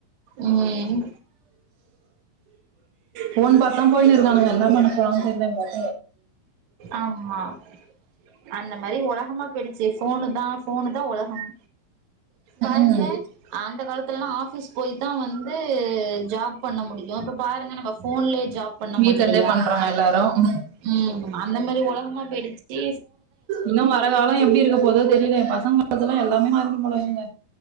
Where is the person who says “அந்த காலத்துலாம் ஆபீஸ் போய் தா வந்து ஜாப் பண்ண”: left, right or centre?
Right